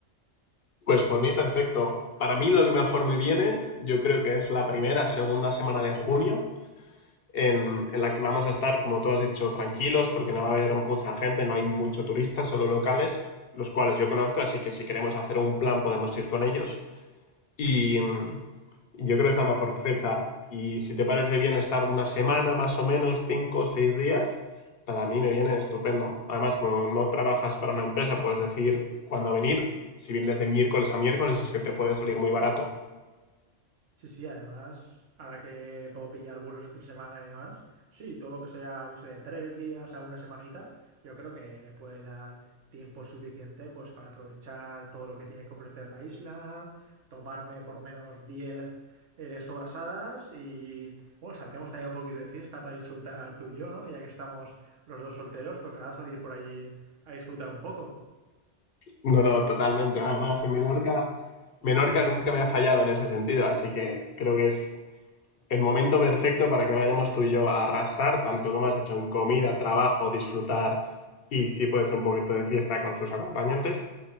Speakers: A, on the left; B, on the right.
A: Pues por mí perfecto. Para mí lo que mejor me viene, yo creo que es la primera, segunda semana de junio, en, en la que vamos a estar, como tú has dicho, tranquilos, porque no va a haber mucha gente, no hay mucho turistas, solo locales, los cuales yo conozco, así que si queremos hacer un plan podemos ir con ellos. Y mm, yo creo que es la mejor fecha. Y si te parece bien estar una semana más o menos, cinco o seis días, para mí me viene estupendo. Además, como no trabajas para una empresa, puedes decir cuándo venir. Si vienes de miércoles a miércoles, es que te puede salir muy barato.
B: Sí, sí, además, ahora que puedo pillar vuelos entre semana y demás, sí, todo lo que sea, yo sé, de tres días a una semanita, yo creo que me puede dar tiempo suficiente pues para aprovechar todo lo que tiene que ofrecer la isla, tomarme por lo menos 10 eh, sobrasadas y, bueno, saldremos también un poquito de fiesta para disfrutar tú y yo, ¿no? Que ya que estamos los dos solteros, tocará salir por allí a disfrutar un poco.
A: No, no, totalmente. Además, en Menorca, Menorca nunca me ha fallado en ese sentido, así que creo que es el momento perfecto para que vayamos tú y yo a arrasar, tanto como has dicho, en comida, trabajo, disfrutar y si puede ser un poquito de fiesta con sus acompañantes.